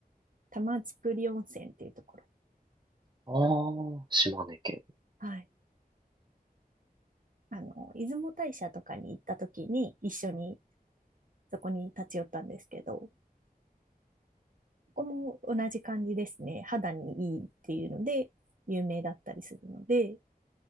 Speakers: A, on the right; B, on the right.
A: 玉造温泉っていうところ。
B: あー、島根県。
A: はい。あの、出雲大社とかに行った時に一緒にそこに立ち寄ったんですけど、ここも同じ感じですね。肌にいいっていうので有名だったりするので、